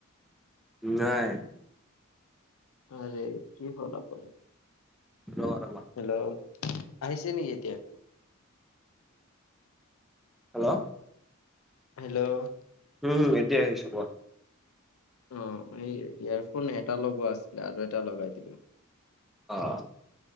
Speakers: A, in the centre; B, on the left.
A: নাই।
B: আৰে কি হল আপাৰ।
A: ৰবা ৰবা
B: হেল্ল' আহিছে নেকি এতিয়া?
A: হেল্ল'
B: হেল্ল'
A: উম এতিয়া আহিছো কোৱা।
B: অ এই ইয়াৰফোন এটা লগোৱা আছিলে আৰু এটা লগাই দিলো।
A: অ